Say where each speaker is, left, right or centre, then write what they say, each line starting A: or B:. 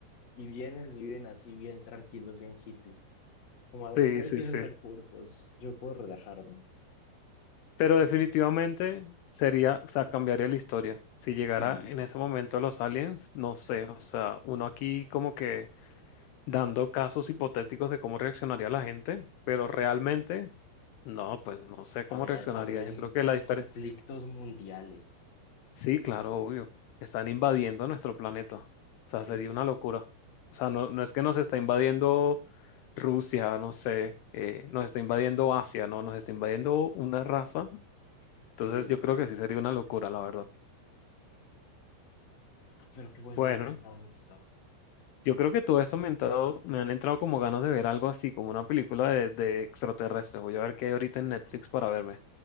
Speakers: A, on the left (about 45°); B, on the left (about 80°).
A: y vienen y viven así bien tranquilos, bien hippies. Como a- ustedes
B: Sí, sí,
A: tienen
B: sí.
A: recursos, yo puedo relajarme.
B: Pero definitivamente sería, o sea, cambiaría la historia. Si llegara
A: Sí,
B: en ese momento los aliens, no sé, o sea, uno aquí como que dando casos hipotéticos de cómo reaccionaría la gente, pero realmente, no, pues no sé cómo
A: habría,
B: reaccionaría.
A: habrían
B: Yo creo que la diferencia,
A: conflictos mundiales.
B: sí, claro, obvio, están invadiendo nuestro planeta. O sea,
A: Sí.
B: sería una locura. O sea, no, no es que nos está invadiendo Rusia, no sé, eh, nos está invadiendo Asia, no, nos está invadiendo una raza. Entonces
A: Sí,
B: yo
A: una
B: creo
A: especie
B: que sí sería
A: de conflictos
B: una locura,
A: distintas.
B: la verdad.
A: Ah, Pero qué bueno
B: Bueno,
A: haber pensado en esto.
B: yo creo que todo esto me, ha entrado- me han entrado como ganas de ver algo así, como una película de, de extraterrestres. Voy a ver qué hay ahorita en Netflix para verme.